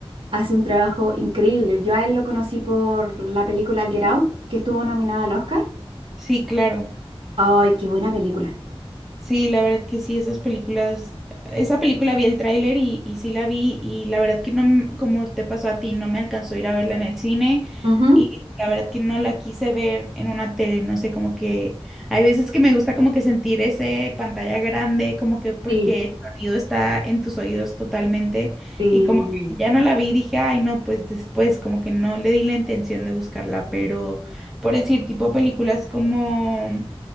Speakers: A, on the right (about 60°); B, in the centre.
A: hace un trabajo increíble. Yo a él lo conocí por la película Get Out, que estuvo nominada al Oscar.
B: sí, claro.
A: Ay, qué buena película.
B: Sí, la verdad que sí, esas películas, esa película vi el tráiler y, y sí la vi y la verdad que no, m- como te pasó a ti, no me alcanzó a ir a verla en el cine
A: Ujú.
B: y la verdad que no la quise ver en una tele, no sé, como que hay veces que me gusta como que sentir ese pantalla grande, como que porque
A: Sí,
B: el sonido está en tus oídos totalmente
A: sí.
B: y como que ya no la vi, dije, ay no, pues después como que no le di la intención de buscarla, pero por decir tipo películas como